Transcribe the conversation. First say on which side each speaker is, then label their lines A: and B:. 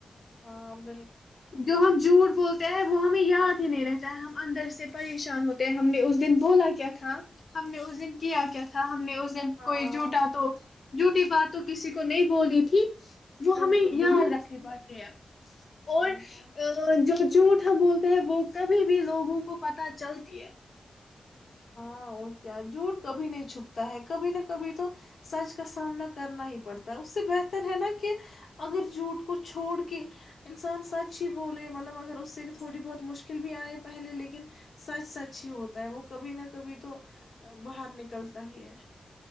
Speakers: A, on the left; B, on the left.
A: ہاںمب
B: جو ہم جوٹ بولتے ہیں وہ ہمیں یاد ہی نہیں رہتا ہے ہم اندر سے پریشان ہوتے ہیں ہم نے اس دن بولا کیا تھا ہم نے اس دن کیا کیا تھا ہم نے اس دن
A: ہاں
B: کوئی جھوٹا تو جوٹی بات تو کسی کو نہیں بولی تھی جو
A: بالکل
B: ہمیں یاد
A: بالکل
B: رکھنی پڑتی ہے اور
A: ہاں ہاں
B: جو جوٹ ہم بولتے ہیں وہ کبھی بھی لوگوں کو پتا چلتی ہے
A: اں کیا جوٹ کبھی نہیں چھپتا ہے کبھی نہ کبھی تو سچ کا سامنا کرنا ہی پڑتا ہے اس سے بہتر ہے نا کہ اگر جھوٹ کو چھوڑ کے انسان سچ ہی بولے مطلب اگر اس سے تھوڑی بہت مشکل بھی آئے پہلے لیکن سچ سچ ہی ہوتا ہے وہ کبھی نہ کبھی کبھی تو باہر نکلتا ہی ہے